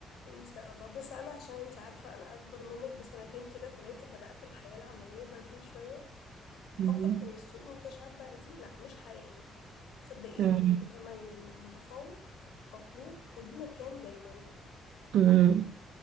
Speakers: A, on the left; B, on the right.
A: ان شاء الله بس انا عشان انت عارفه انا اكبر منك بسنتين كده ثلاثه بدات الحياه العمليه بدري شويه فكرت
B: مم.
A: ان السوق متشبع دي لا مش حقيقيه صدقيني
B: مم.
A: المتميز والمتفوق مطلوب وليه مكان دايما
B: مم.